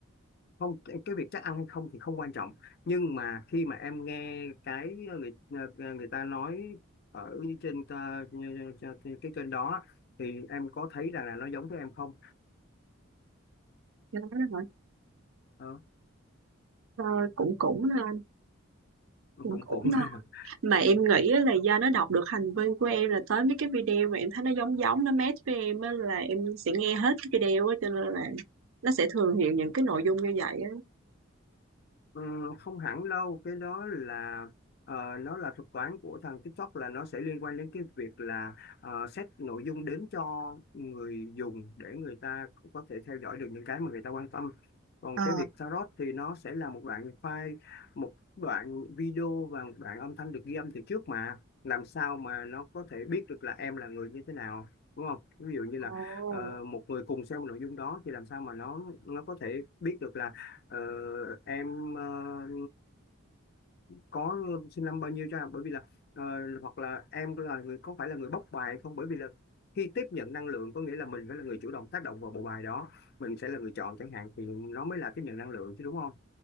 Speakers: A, on the left (about 50°); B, on the right (about 75°).
A: không cái cái việc chắc ăn hay không thì không quan trọng nhưng mà khi mà em nghe cái ờ, người ờ, ờ, người ta nói ở trên ờ, cái kênh đó thì em có thấy rằng là nó giống với em không
B: Cho nên đó hả?
A: ờ,
B: Ờ, cũng cũng ờ, cũng
A: cũng
B: cũng
A: cũng
B: non
A: <laughs>
B: mà em nghĩ á là do nó đọc được hành vi của em là tới mấy cái video mà em thấy nó giống giống nó match với em á là em sẽ nghe hết cái video á cho nên là nó sẽ thường hiện những cái nội dung như vậy á
A: Ừm, không hẳn đâu cái đó là ờ, nó là thuật toán của thằng TikTok là nó sẽ liên quan đến cái việc là uh, set nội dung đến cho người dùng để người ta cũng có thể theo dõi được những cái mà người ta quan tâm còn
B: Ờ,
A: cái việc tarot thì nó sẽ là một đoạn file một đoạn video và một đoạn âm thanh được ghi âm từ trước mà làm sao mà nó có thể biết được là em là người như thế nào đúng không ví dụ như là
B: Ồ,
A: ờ, một người cùng xem một nội dung đó thì làm sao mà nó nó có thể biết được là Ờ, em ờ, có ờ, xin năm bao nhiêu cho bởi vì là ờ, hoặc là em là người có phải là người bóc bài không bởi vì là khi tiếp nhận năng lượng có nghĩa là mình phải là người chủ động tác động vào bộ bài đó mình sẽ là người chọn chẳng hạn thì nó mới là tiếp nhận năng lượng chứ đúng không